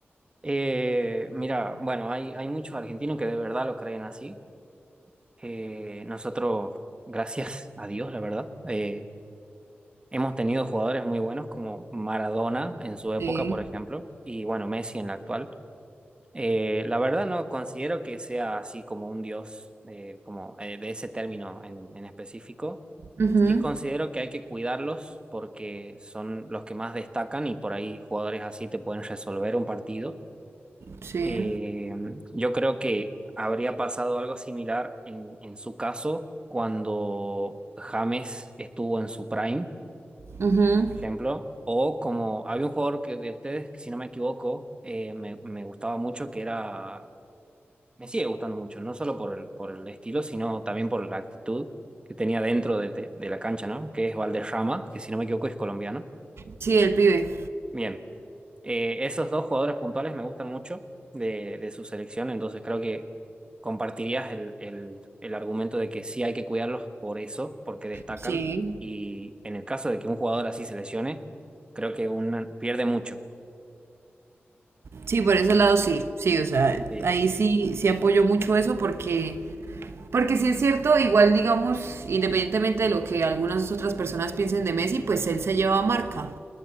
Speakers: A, on the right; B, on the right.
A: Eh, mira, bueno, hay, hay muchos argentinos que de verdad lo creen así Eh, nosotros, gracias a Dios, la verdad, eh, hemos tenido jugadores muy buenos como Maradona en su época,
B: Sí.
A: por ejemplo, y bueno, Messi en la actual. Eh, la verdad no considero que sea así como un dios, eh, como eh, de ese término en, en específico.
B: Ujú,
A: Sí considero que hay que cuidarlos porque son los que más destacan y por ahí jugadores así te pueden resolver un partido.
B: Sí.
A: Eh, yo creo que habría pasado algo similar en, en su caso cuando James estuvo en su prime,
B: Ujú.
A: por ejemplo, o como había un jugador que de ustedes, que si no me equivoco, eh, me, me gustaba mucho, que era, me sigue gustando mucho, no solo por el, por el estilo, sino también por la actitud que tenía dentro de, de- de la cancha, ¿no? Que es Valderrama, que si no me equivoco es colombiano.
B: Sí, el pibe.
A: Bien. Eh, esos dos jugadores puntuales me gustan mucho de, de su selección, entonces creo que compartirías el, el, el argumento de que sí hay que cuidarlos por eso, porque destacan.
B: Sí.
A: Y en el caso de que un jugador así se lesione, creo que una, pierde mucho.
B: Sí, por ese
A: Y
B: lado sí. Sí, o sea,
A: sí.
B: ahí sí, sí apoyo mucho eso porque, porque sí es cierto, igual digamos, independientemente de lo que algunas otras personas piensen de Messi, pues él se lleva marca.